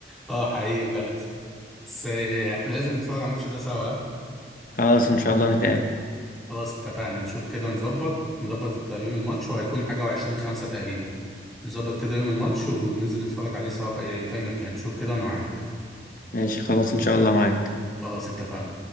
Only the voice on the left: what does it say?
خلاص ان شاء الله نتقابل
ماشي خلاص إن شاء الله معاك